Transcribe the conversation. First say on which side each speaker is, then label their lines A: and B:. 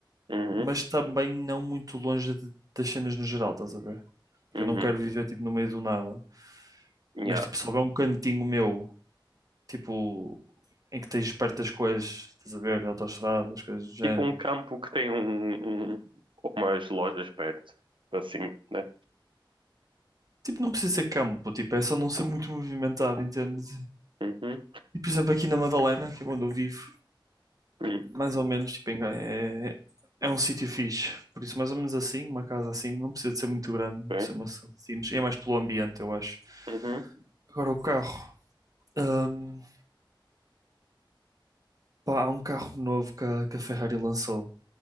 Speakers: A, on the right (about 75°); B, on the right (about 45°).
A: uhum,
B: mas também não muito longe de- das cenas no geral, estás a ver? Porque
A: uhum.
B: eu não quero viver, tipo, no meio do nada.
A: Yeah,
B: Mas, tipo, se houver um cantinho meu, tipo, em que tens perto das coisas, estás a ver, autoestradas, coisas do género.
A: Tipo um campo que tem um, um- umas lojas perto. Assim, né?
B: Tipo, não precisa ser campo, tipo, é só não ser muito movimentado, entendes?
A: Uhum,
B: E, por exemplo, aqui na Madalena, que é onde eu vivo,
A: hum,
B: mais ou menos, tipo, em Gaia é, é um sítio fixe. Por isso, mais ou menos assim, uma casa assim, não precisa de ser muito grande,
A: bem,
B: precisa ser uma cidade simples. É mais pelo ambiente, eu acho.
A: uhum,
B: Agora, o carro. Hum, pá, há um carro novo que a, que a Ferrari lançou,